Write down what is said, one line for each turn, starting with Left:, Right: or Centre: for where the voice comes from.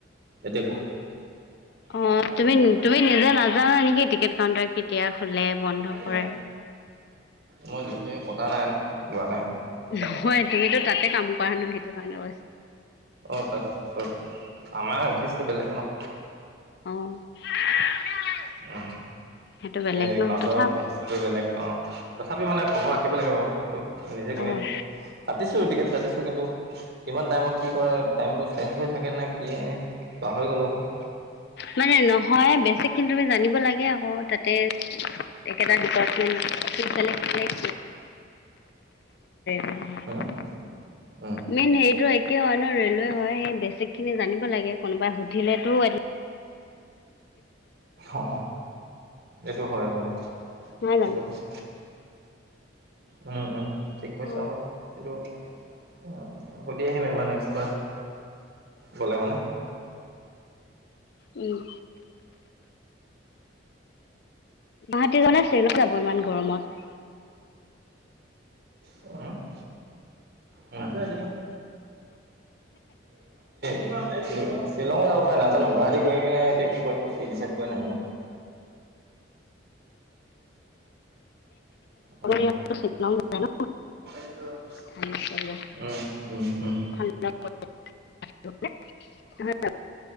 Right: এতিয়া কোৱা। আমি
Left: অঁ তুমি
Right: গম নাই
Left: তুমি
Right: দিওঁ আৰু
Left: নিজে নাজানা নেকি টিকেট কাউণ্টাৰ কেতিয়া খোলে বন্ধ
Right: আজি
Left: কৰে।
Right: মই হে কতা নাই ন যোৱা নাই ন। তাত
Left: নহয় তুমিতো তাতে কাম কৰা নহয় সেইটো কাৰণে কৈছোঁ।
Right: অ তাৰপাছত আমাৰ অফিচটো বেলেগ ন।
Left: অ <unintelligible>
Right: অহ
Left: সেইটো বেলেগ
Right: এই
Left: ন
Right: কাউন্টাৰ
Left: তথাপি
Right: <unintelligible> তুৰটো বেলেগ অঁ, তথাপি মানে খবৰ ৰাখিব লাগে বাৰু মোকতো নিজে <unintelligible>
Left: অ
Right: কাটিছো টিকেট কাটিছো কিন্তু কিমান টাইমত কি কৰে টাইমবোৰ চেঞ্জ হৈ থাকে নে কিয়ে নে পাহৰি গ'লো আক।
Left: মানে নহয় বেছিকখিনি তুমি জানিব লাগে আকৌ তাতে একেটা ডিপাৰ্টমেণ্ট, বেলেগ বেলেগ <unintelligible> <unintelligible>
Right: উম উম
Left: মেইন হেৰিটো একে হয় ন ৰেলৱে হয় সেই বেছিক খিনি জানিব লাগে কোনোবাই সুধিলেতো এত
Right: অ এইটো হয় বাৰু
Left: নহয়
Right: সেইটো
Left: জানো
Right: হয়। উম উম ঠিক কৈছা
Left: অ
Right: বাৰু কিন্তু উ সুধি আহিম এইবাৰ নেক্সট বাৰ গ'লে মানে।
Left: উম। ভাতিবেলা <unintelligible> ইমান গৰমত।
Right: হুম <unintelligible> <unintelligible> গুৱাহাটী শ্বিলঙো যাব পাৰে নাজানো গুৱাহাটী গৈ কিনে সতে কি ক কি ডিচাইড কৰে নাজানো। উম
Left: মানে শ্বিলং যায় ন
Right: <unintelligible>
Left: ঠাণ্ডা পৰিৱেশ
Right: উম উম উম‌‌।
Left: <unintelligible>